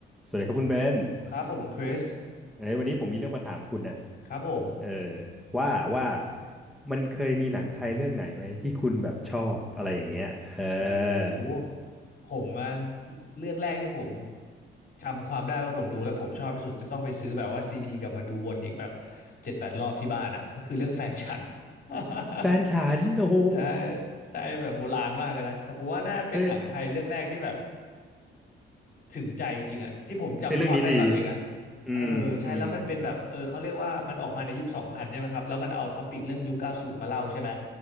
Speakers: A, in the centre; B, on the left (about 45°).
A: สวัสดีครับคุณเบน
B: ครับผมคุณคริส
A: เอ้ยวันนี้ผมมีเรื่องมาถามคุณน่ะ
B: ครับผม
A: เออว่าว่ามันเคยมีหนังไทยเรื่องไหนไหมที่คุณแบบชอบอะไรอย่างเงี้ยเออ
B: โอ้โหผมอะเรื่องแรกที่ผมจำความได้ว่าผมดูแล้วผมชอบที่สุดจนต้องไปซื้อแบบว่าซีดีกลับมาดูวนอีกแบบเจ็ดแปดรอบที่บ้านอะก็คือเรื่องแฟนฉัน <laughs>
A: แฟนฉัน โอ้โห
B: ใช่ใช่แบบโบราณมากอะนะแต่ผมว่าน่าเป็นหนังไทยเรื่องแรกที่แบบ
A: เฮ้ย
B: ถึงใจจริงอะที่ผมจำความได้ตอนเด็กอะ
A: เฮ้ยเรื่องนี้ดีอืมอืม
B: เออใช่แล้วมันเป็นแบบเออเขาเรียกว่ามันออกมาในยุคสองพันใช่ไหมครับแล้วมันเอาท็อปิกเรื่องยุคเก้าสูนมาเล่าใช่ไหม